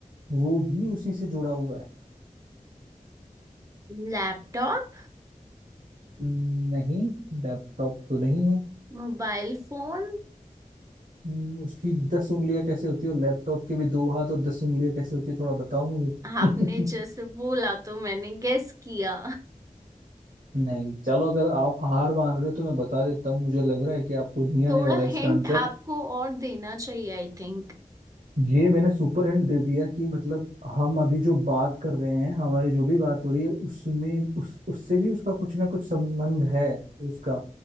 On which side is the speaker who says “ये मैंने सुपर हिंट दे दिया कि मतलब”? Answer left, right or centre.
Right